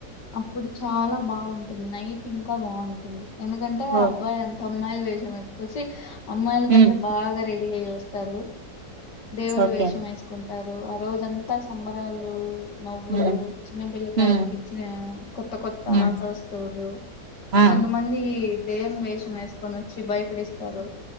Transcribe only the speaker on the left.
అప్పుడు చాలా బాగుంటుంది నైట్ ఇంకా బాగుంటుంది ఎందుకంటే ఆ
అబ్బాయిలంత అమ్మాయిలు వేషం ఎతుకొచ్చి అమ్మాయిల
కంటే బాగ రెడీ అయి వస్తారు ఉ దేవుడు
వేషం వేసుకుంటారు ఆ రోజంతా సంబరాలు నవ్వులు
చిన్న బిల్ళకాయలకిచ్చిన
కొత్త కొత్త
ఆట వస్తువులు
కొంతమంది దేయ్యం వేషం వేసుకొని వచ్చి భయపడిస్తారు